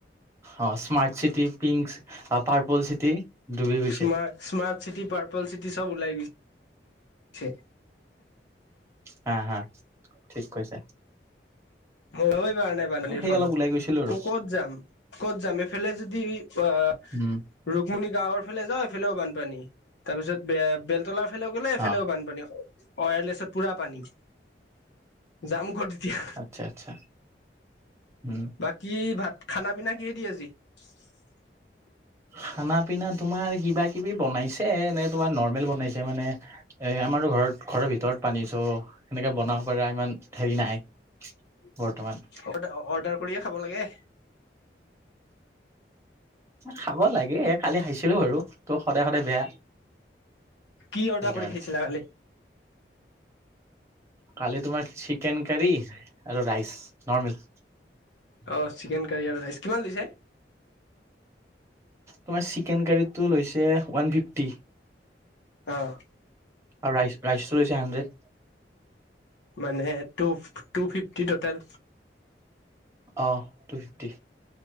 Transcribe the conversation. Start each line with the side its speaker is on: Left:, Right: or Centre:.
Right: অ', স্মাৰ্ট চিটি পিংক, আ, পাৰ্পল চিটি ডুবি গৈছে।
Left: তোমাৰ স্মাৰ্ট চিটি, পাৰ্পল চিটি চব ওলাই গৈছে।
Right: হা হা, ঠিক কৈছা।
Left: মই ওলাবই পৰা নাই বানপানীৰ
Right: সেই
Left: ফলত।
Right: অলপ ওলাই গৈছিলো আৰু
Left: ক'ত যাম? ক'ত যাম? এইফালে যদি আ
Right: উম
Left: ৰুকমিণি গাঁৱৰ ফালে যাওঁ‌ এইফালেও বানপানী, তাৰপিছত বেলতলাৰ এইফালে গ'লেও এফালেও
Right: অ
Left: বানপানী, ৱায়াৰলেছত পুৰা পানী। যাম ক'ত এতিয়া?
Right: আচ্ছা আচ্ছা, উম।
Left: বাকী ভাত, খানা পিনা কিহে দি আজি? <inaudible>
Right: খানা পিনা তোমাৰ কিবা-কিবি বনাইছে নে তোমাৰ নৰ্মেল বনাইছে মানে? এ, আমাৰো ঘৰত, ঘৰৰ ভিতৰত পানী চ' সেনেকে বনাব পাৰ ইমান হেৰি নাই। বৰ্তমান।
Left: অৰ্ডা-অৰ্ডাৰ কৰিয়ে খাব লাগে।
Right: খাব লাগে, কালি খাইছিলোঁ‌ বাৰু ত' সদায় সদায় বেয়া।
Left: কি অৰ্ডাৰ
Right: সেইকাৰণে
Left: কৰি খেলিছিলা কালি?
Right: কালি তোমাৰ চিকেন কাৰী আৰু ৰাইচ নৰ্মেল।
Left: অ' চিকেন কাৰী আৰু ৰাইচ কিমান লৈছে?
Right: তোমাৰ চিকেন কাৰীটো লৈছে ওৱান ফিফটি।
Left: অ'।
Right: আৰু ৰাইচ ৰাইচ টো লৈছে হাণ্ড্ৰেড।
Left: মানে টু টু ফিফটি টোটেল।
Right: অ' টু ফিফটি।